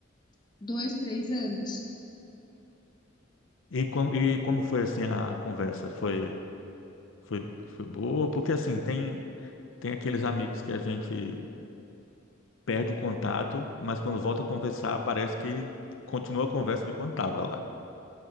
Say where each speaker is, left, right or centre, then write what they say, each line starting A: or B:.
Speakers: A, on the left; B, on the left.
A: dois, três anos.
B: E, com, e como foi assim a conversa? Foi, foi, foi boa? Porque assim, tem, tem aqueles amigos que a gente perde o contato, mas quando volta a conversar, parece que continua a conversa de quando estava lá.